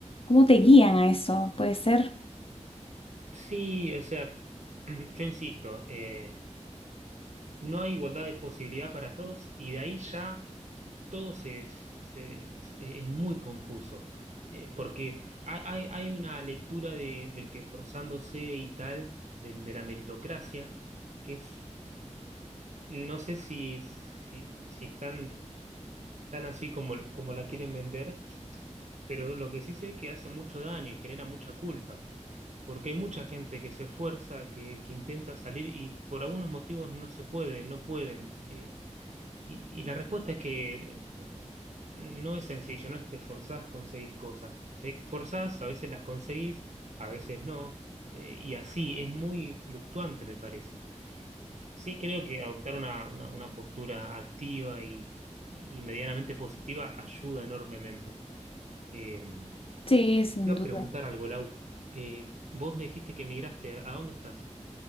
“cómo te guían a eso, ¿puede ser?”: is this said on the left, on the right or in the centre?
Left